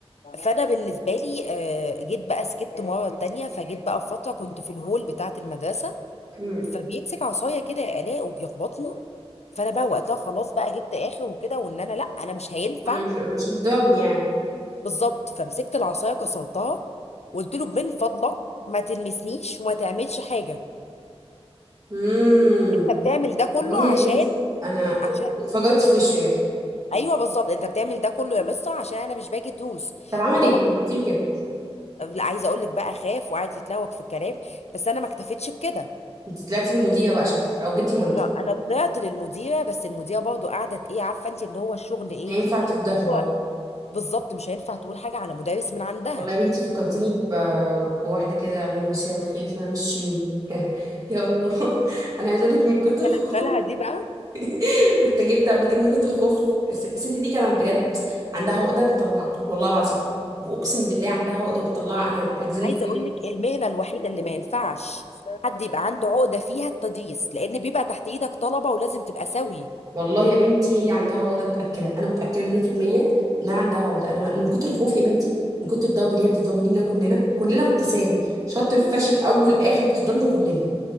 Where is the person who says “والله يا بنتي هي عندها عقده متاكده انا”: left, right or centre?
Right